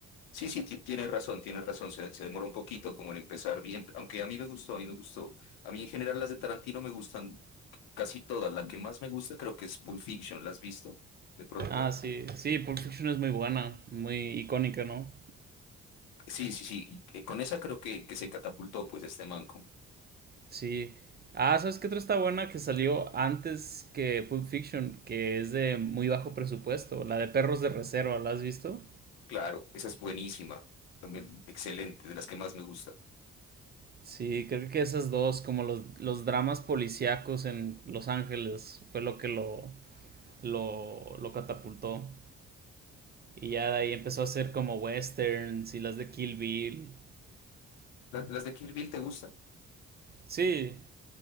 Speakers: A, on the left (about 70°); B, on the right (about 25°).
A: Sí, sí, ti- tienes razón, tienes razón, se, se demora un poquito como en empezar bien, aunque a mí me gustó, a mí me gustó. A mí en general las de Tarantino me gustan casi todas, la que más me gusta creo que es Pulp Fiction, ¿la has visto? De pronto.
B: Ah, sí, sí, Pulp Fiction es muy buena, muy icónica, ¿no?
A: Sí, sí, sí, eh, con esa creo que, que se catapultó pues este manco.
B: Sí. Ah, ¿sabes qué otra está buena que salió antes que Pulp Fiction? Que es de muy bajo presupuesto. La de Perros de Reserva, ¿la has visto?
A: Claro, esa es buenísima, también excelente, de las que más me gusta.
B: Sí, creo que esas dos, como los, los dramas policíacos en Los Ángeles, fue lo que lo, lo, lo catapultó. Y ya de ahí empezó a hacer como westerns y las de Kill Bill.
A: ¿La- ¿Las de Kill Bill te gustan?
B: Sí,